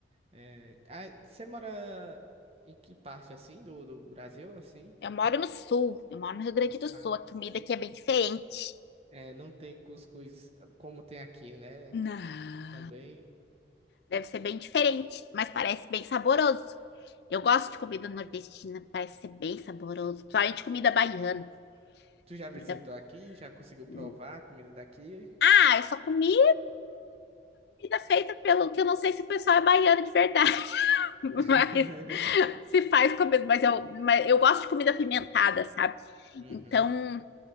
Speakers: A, on the right; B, on the left.
A: É, ah, você mora em que parte, assim, do, do Brasil, assim?
B: eu moro no sul, eu moro no Rio Grande do Sul.
A: Ah,
B: A comida
A: e-
B: aqui é bem diferente.
A: é, não tem cuscuz como tem aqui, né?
B: Não.
A: Também.
B: Deve ser bem diferente, mas parece bem saboroso. Eu gosto de comida nordestina, parece ser bem saboroso. Principalmente comida baiana.
A: Tu já visitou
B: Comida...
A: aqui? Já conseguiu
B: hum.
A: provar a comida daqui?
B: Ah, eu só comi comida feita pelo que eu não sei se o pessoal é baiano de verdade, <laughs>
A: <laughs>
B: mas se faz comida. Mas eu, mas eu gosto de comida apimentada, sabe?
A: Uhum.
B: Então.